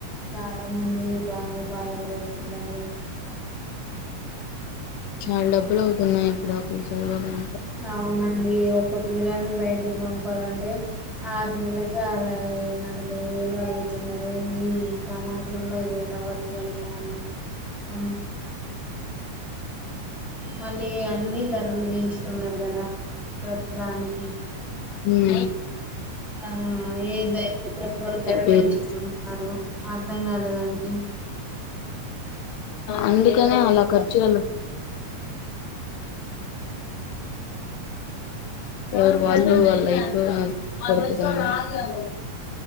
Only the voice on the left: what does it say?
చాలా డబ్బులు అవుతున్నాయి ఇప్పుడు అక్కడు చదువగానే
మ్
వేరు
అందుకనే అలా ఖర్చు <inaudible> ఎవరు వాళ్ళు
వాళ్ళైపోయారు <unintelligible>